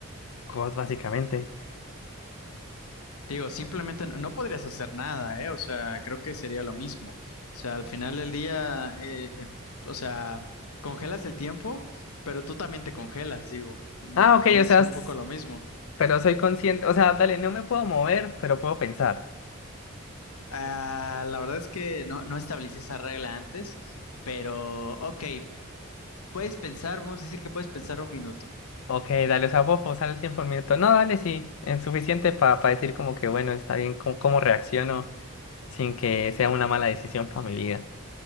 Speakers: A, on the left (about 65°); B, on the left (about 85°).
A: God, básicamente.
B: digo, simplemente no, no podrías hacer nada, ¿eh? O sea, creo que sería lo mismo. O sea, al final del día, eh, eh, o sea, congelas el tiempo, pero tú también te congelas, digo, mm,
A: Ah, ok,
B: es
A: o sea,
B: un
A: s-
B: poco lo mismo.
A: pero soy consciente, o sea, dale, no me puedo mover, pero puedo pensar.
B: Ah, la verdad es que no, no establecí esa regla antes, pero ok, puedes pensar, vamos a decir que puedes pensar un minuto.
A: Ok, dale, o sea, puedo pausar el tiempo un minuto. No, dale, sí, es suficiente para decir como que, bueno, está bien, cómo cómo reacciono sin que sea una mala decisión para mi vida.